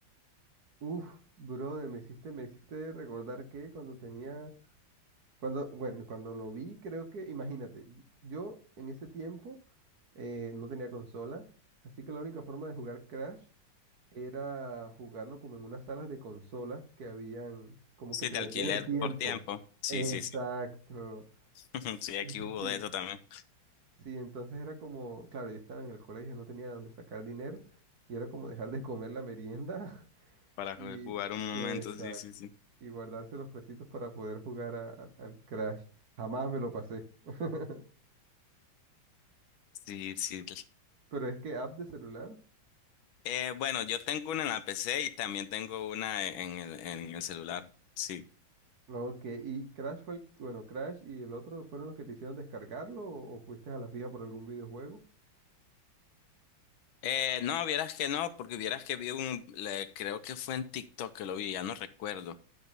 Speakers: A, on the right (about 55°); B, on the left (about 75°).
A: Uf, brother, me hiciste, me hiciste recordar que cuando tenía Cuando, bueno, cuando lo vi, creo que, imagínate, y- yo en ese tiempo eh, no tenía consola, así que la única forma de jugar Crash era jugarlo como en unas salas de consolas que habían, como
B: Sí,
A: que te
B: de
A: vendían
B: alquiler
A: el tiempo.
B: por tiempo. Sí,
A: Exacto.
B: sí, sí. <laughs> Sí, aquí
A: Sí, sí,
B: hubo
A: sí.
B: de eso también.
A: Sí, entonces era como, claro, yo estaba en el colegio, no tenía de dónde sacar dinero, y era como dejar de comer la merienda <laughs>
B: Para
A: y...
B: ju- jugar un momento,
A: Exacto
B: sí, sí, sí.
A: y guardarse los pesitos para poder jugar a- a- al Crash. Jamás me lo pasé. <laughs>
B: Sí, sí.
A: Pero es que app de celular.
B: Eh, bueno, yo tengo una en la PC y también tengo una en el, en el celular. Sí.
A: Ok, y Crash fue el, bueno, Crash y el otro fueron los que te hicieron descargarlo o, o fuiste a la fija por algún videojuego.
B: Eh, no, vieras que no, porque vieras que vi un, le- creo que fue en TikTok que lo vi, ya no recuerdo,